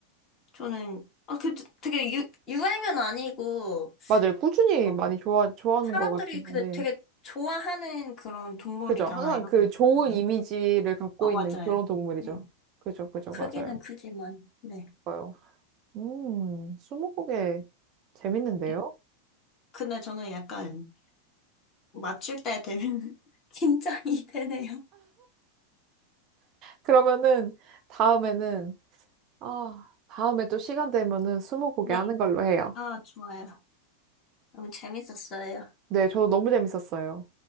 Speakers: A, on the left; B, on the right.
A: 저는, 아, 그, 되게 유, 유행은 아니고,
B: 맞아요. 꾸준히
A: 어,
B: 많이 좋아, 좋아하는
A: 사람들이
B: 것 같으신데.
A: 근데 되게 좋아하는 그런 동물이잖아요.
B: 그죠. 항상 그 좋은
A: 네.
B: 이미지를 갖고
A: 어, 맞아요.
B: 있는 그런 동물이죠.
A: 네.
B: 그죠, 그죠.
A: 크기는
B: 맞아요.
A: 크지만, 네.
B: 좋아요. 음, 스무고개 재밌는데요?
A: 음, 근데 저는 약간 맞출 때 되면. <laughs> 긴장이 되네요.
B: 그러면은 다음에는, 아, 다음에 또 시간 되면은 스무고개
A: 네.
B: 하는 걸로 해요.
A: 아, 좋아요. 너무 재밌었어요.
B: 네, 저도 너무 재밌었어요.